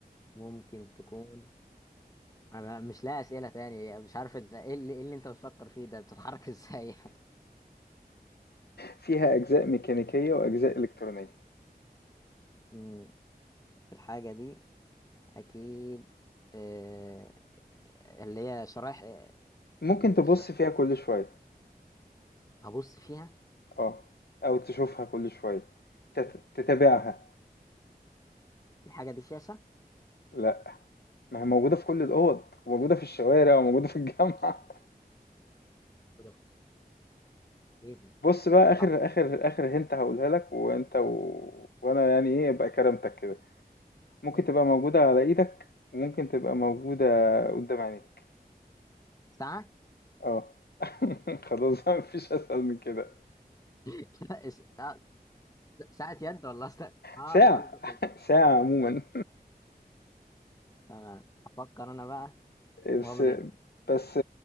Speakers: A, on the left; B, on the left.
A: ممكن تكون انا مش لاقي اسئله تاني مش عارف إنت- ايه اللي إيه اللي انت بتفكر فيه ده بتتحرك <laughs> ازاي يعني
B: فيها أجزاء ميكانيكية وأجزاء إلكترونية
A: مم. الحاجه دي اكيد آه، اللي هي شرايح آه،
B: ممكن تبص
A: ش-
B: فيها كل شوية
A: ابص فيها
B: آه، أو تشوفها كل شوية تت تتابعها
A: الحاجه دي شاشه
B: لأ، ما هي موجودة في كل الأوض، وموجودة في الشوارع وموجودة في الجامعة
A: أضف. ايه
B: <laughs>
A: ده
B: بُص بقى
A: حاضر.
B: آخر آخر آخر hint هاقولها لك وأنت و وأنا يعني إيه أبقى كرمتك كده، ممكن تبقى موجودة على إيدك وممكن تبقى موجودة قدّام عينيك،
A: ساعه
B: آه <laughs> خلاص ما فيش أسهل من كده،
A: <laughs> لا، إس- آه، ساعه يد ولا قصدك اه
B: ساعة
A: انت قصدك ال-
B: <laughs> ساعة عمومًا
A: تمام افكر انا بقى
B: بس
A: وامري ال-
B: بس